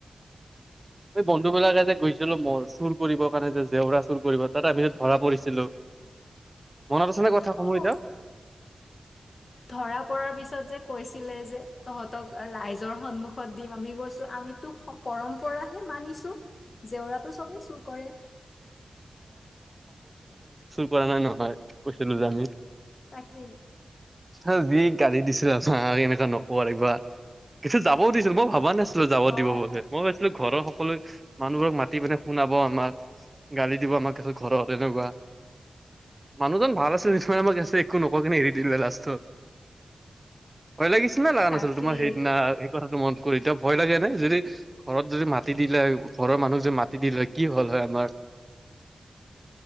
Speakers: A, on the right (about 20°); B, on the left (about 55°).
A: এই বন্ধু বিলাকে যে গৈছিলো ম চুৰ কৰিব কাৰণে যে জেওৰা চুৰ কৰিব তাত আমি যে ধৰা পৰিছিলো মনত আছেনে কথা সমূহ
B: অ
A: এতিয়াও
B: ধৰা পৰাৰ পিছত যে কৈছিলে যে তহঁতক ৰাইজৰ সন্মুখত দিম আমি গৈছো আমিতোক পৰম্পৰাহে মানিছো জেওৰাটো চবেই চুৰ কৰে
A: পৰা নাই নহয় কৈছিলো যে আমি
B: তাকে
A: হ যি গালি দিছিলে আমাৰ এনেকুৱা নকওঁ এইবাৰ পিছত যাবও দিছিল মই ভবা নাছিলো <unintelligible> যাব
B: অ
A: দিব মই ভাবিছিলো ঘৰৰ সকলো মানুহবোৰক মাতি পেনে শুনা আমাক গালি দিব আমাৰ ঘৰত এনেকুৱা মানুহজন ভাল আছে নিশ্চই আমাক আছে একো নকয় কিনে এৰি দিলে ল। হয় লাগিছিল না নালাগিছিল
B: তাকেই
A: তোমাৰ সেইদিনা সেই কথাটো মানে <unintelligible> কৰি এতিয়া ভয় লাগে নাই যদি ঘৰত যদি মাতি দিলে ঘৰৰ মানুহক যদি মাতি দিলে কি হল হয় আমাৰ <inaudible>